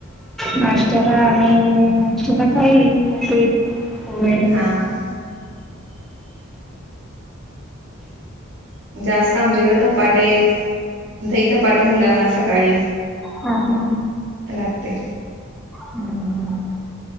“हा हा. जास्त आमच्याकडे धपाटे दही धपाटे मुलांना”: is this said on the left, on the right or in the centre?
Right